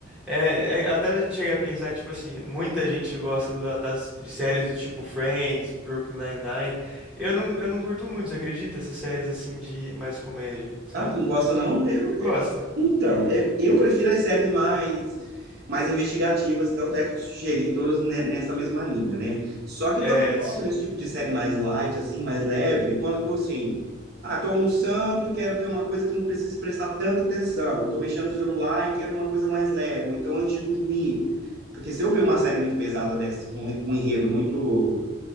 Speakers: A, in the centre; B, on the right.
A: É, é, até eu cheguei a pensar, tipo assim, muita gente gosta da- das, de séries do tipo Friends, Brooklyn Nine-Nine. Eu não, eu não curto muito, você acredita? Essas séries assim de mais comédia, sabe?
B: Ah, tu não gosta não? Eu,
A: Você gosta?
B: eu- então, eu, eu prefiro as séries mais, mais investigativas, tanto é que eu te sugeri todas ne- nessa mesma linha, né? Só que
A: É,
B: eu também gosto
A: sim.
B: desse tipo de série mais light, assim, mais leve, quando eu tô assim, ah, tô almoçando e quero ver uma coisa que não precise prestar tanta atenção, tô mexendo no celular e quero uma coisa mais leve, ou então antes de dormir. Porque se eu ver uma série muito pesada dessas, com, re- com um enredo muito,